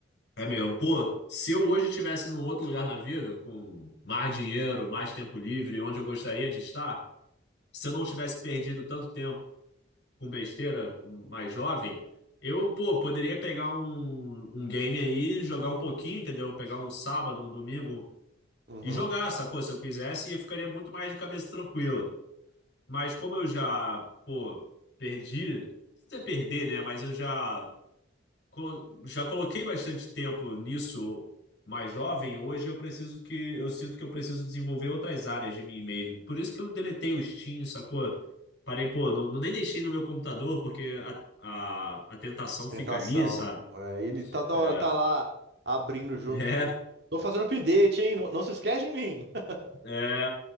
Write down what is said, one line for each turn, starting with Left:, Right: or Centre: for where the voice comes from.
Left: É mesmo. Pô, se eu hoje estivesse num outro lugar na vida, com mais dinheiro, mais tempo livre, onde eu gostaria de estar, se eu não tivesse perdido tanto tempo com besteira mais jovem, eu, pô, poderia pegar um, um game aí, jogar um pouquinho, entendeu? Pegar um sábado, um domingo
Right: Uhum.
Left: e jogar, sacou? Se eu quisesse, e eu ficaria muito mais de cabeça tranquila. Mas como eu já, pô, perdi, não sei se é perder, né? Mas eu já, colo- já coloquei bastante tempo nisso mais jovem. Hoje eu preciso que, eu sinto que eu preciso desenvolver outras áreas de mim mesmo. Por isso que eu deletei o Steam, sacou? Parei, pô, não, não nem deixei no meu computador, porque a, a, a tentação
Right: Tentação.
Left: fica ali, sabe?
Right: É, ele tá da
Left: É.
Right: hora, tá lá
Left: <laughs>
Right: abrindo junto
Left: É,
Right: com. Tô fazendo update, hein? Não, não se esquece de mim. <laughs>
Left: É,